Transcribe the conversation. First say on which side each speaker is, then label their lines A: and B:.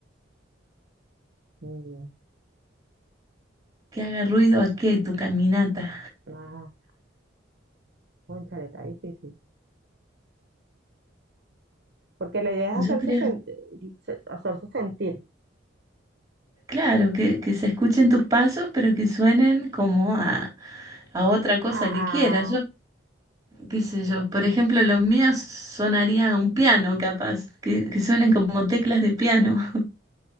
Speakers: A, on the right; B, on the right.
A: Mm,
B: ¿Que haga ruido a qué tu caminata?
A: Ah, cónchale, está difícil. Porque la idea es
B: Yo
A: hacerse,
B: creo,
A: sen- se- hacerse sentir.
B: claro, que, que se escuchen tus pasos, pero que suenen como a, a otra cosa
A: Ah,
B: que quieras.
A: ah,
B: Yo qué sé yo.
A: yo-
B: Por
A: eh,
B: ejemplo, los míos sonaría un piano, capaz, que, que suenen como teclas de piano.